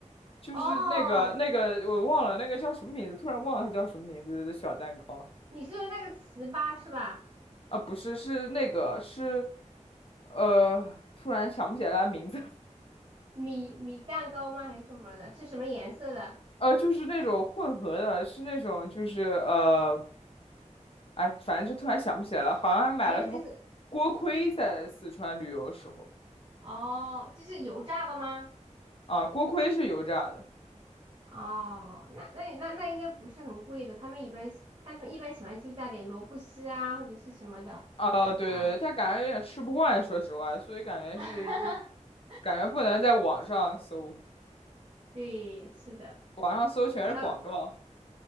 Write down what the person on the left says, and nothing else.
就是那个那个我忘了那个叫什么名字，
突然忘了它叫什么名字的小蛋糕
啊，不是是那个是，呃，突然想不起来它名字，
<laughs> 呃，就是那种混合的，是那种就是呃，哎，反正就突然想不起来了，好像还买了什么锅盔在四川旅游的时候
啊，锅盔是油炸的
啊，对对对，
他感觉有点吃不惯，说实话，所以感觉是就是
感觉不能在网上搜，
网上搜全是广告。